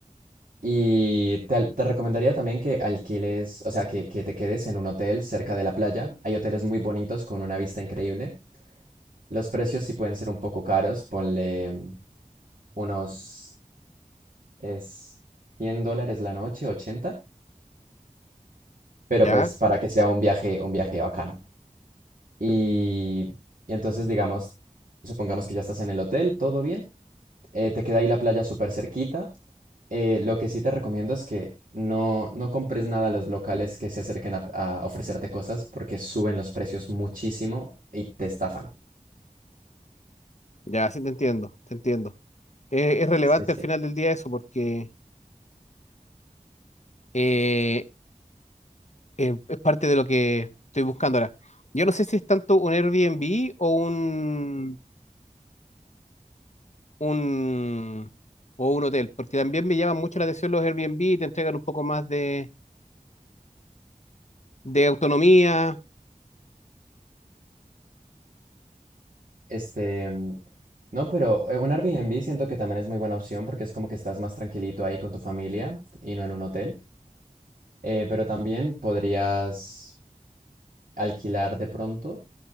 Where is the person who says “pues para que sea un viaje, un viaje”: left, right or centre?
Right